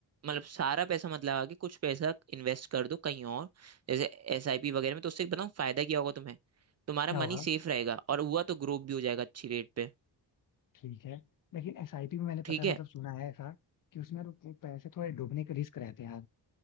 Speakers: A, on the right; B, on the left.
A: मतलब सारा पैसा मत लगा के कुछ पैसा इन्वेस्ट कर दो कहीं और जैसे एसआईपी वगैरह में तो उससे बताऊँ फायदा क्या होगा तुम्हें तुम्हारा
B: क्या
A: मनी
B: होगा
A: सेफ रहेगा और हुआ तो ग्रोथ भी हो जाएगा अच्छी रेट पे
B: ठीक है लेकिन एसआईपी में मैंने पता
A: ठीक
B: है
A: है
B: मतलब सुना है ऐसा कि उसमें यार वो पैसे थोड़े डूबने के रिस्क रहते हैं यार